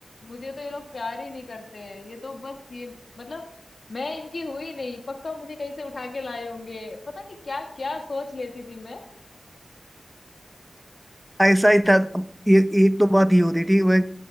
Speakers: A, on the left; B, in the centre.
A: मुझे तो ये लोग प्यार ही नहीं करते हैं ये तो बस ये मतलब मैं इनकी हुई नहीं पक्का मुझे कहीं से उठा के लाए होंगे पता नहीं क्या क्या सोच लेती थी मैं
B: ऐसा ही था अब ये एक तो बात ये होती थी वह